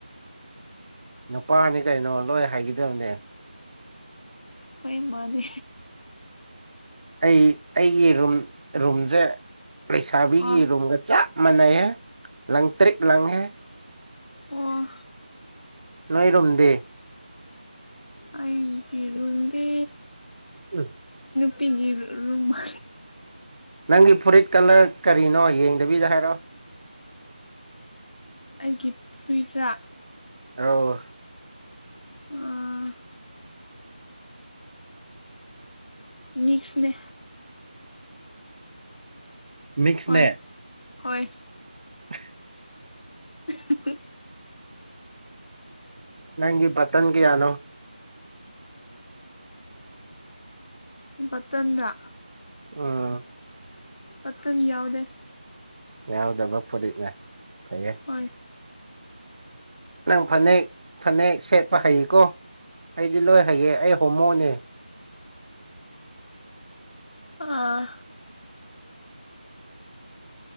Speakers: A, on the right (about 60°); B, on the left (about 65°).
A: ꯅꯨꯄꯥꯅꯤ ꯀꯩꯅꯣ ꯂꯣꯏ ꯍꯥꯏꯒꯗꯕꯅꯦ
B: ꯍꯣꯏ ꯃꯥꯅꯦ
A: ꯑꯩ ꯑꯩꯒꯤ ꯔꯨꯝ ꯔꯨꯝꯁꯦ ꯂꯩꯁꯥꯕꯤꯒꯤ
B: ꯑꯣ
A: ꯔꯨꯝꯒ ꯆꯞ ꯃꯥꯟꯅꯩꯑꯦ ꯂꯪ ꯇ꯭ꯔꯤꯠ ꯂꯪꯉꯦ
B: ꯑꯣ
A: ꯅꯣꯏꯔꯨꯝꯗꯤ
B: ꯑꯩꯒꯤꯔꯨꯝꯗꯤ
A: ꯎꯝ
B: ꯄꯤꯒꯤ ꯔꯨꯝ ꯃꯥ
A: ꯅꯪꯒꯤ ꯐꯨꯔꯤꯠ ꯀꯂꯔ ꯀꯔꯤꯅꯣ ꯌꯦꯡꯗꯕꯤꯗ ꯍꯥꯏꯔꯛꯑꯣ
B: ꯑꯩꯒꯤ ꯐꯨꯔꯤꯠꯔ
A: ꯑꯥꯎ
B: ꯑ ꯃꯤꯛꯁꯅꯦ
A: ꯃꯛꯁꯅꯦ
B: ꯍꯣꯏ ꯍꯣꯏ
A: <inaudible>
B: <inaudible>
A: ꯅꯪꯒꯤ ꯄꯇꯟꯒꯌꯥꯅꯣ
B: ꯄꯠꯇꯗ
A: ꯎꯝ
B: ꯄꯊꯅꯤ ꯌꯥꯎꯗꯦ
A: ꯌꯥꯎꯗꯕ ꯐꯨꯔꯤꯠꯅꯦ ꯐꯩꯌꯦ
B: ꯍꯣꯏ
A: ꯅꯪ ꯐꯅꯦꯛ ꯐꯅꯦꯛ ꯁꯦꯠꯄ ꯍꯩꯌꯦꯀꯣ ꯑꯩꯗꯤ ꯂꯣꯏ ꯍꯩꯌꯦ ꯑꯩ ꯍꯣꯃꯣꯅꯦ
B: ꯑꯥ